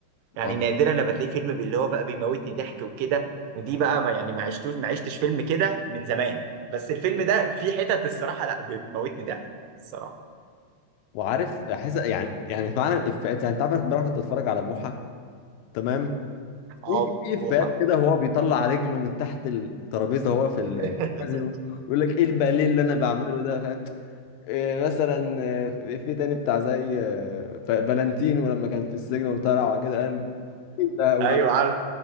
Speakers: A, on the right; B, on the left.
A: يعني
B: اه
A: نادرا لما تلاقي فيلم اللي هو بقى بيموتني ضحك وكده ودي بقى ما يعني ما عشتوش ما عشتش فيلم كده من زمان بس الفيلم ده في حتت الصراحه لا بتموتني ضحك الصراحه
B: وعارف احس يعني يعني فعلا الافيهات يعني انت عارف امبارح كنت اتفرج على بوحة تمام في
A: اه
B: في افيهات
A: بوحه
B: كده هو بيطلع رجله من تحت الترابيزة هو في الكازينو
A: <laughs>
B: يقول لك ايه الباليه اللي انا بعمله ده فاهم إيه مثلا آه، في في تاني بتاع زي آه، ف- فالنتينو لما كان في السجن وطلع وبعد كده قال ده وقام-
A: ايوه عارف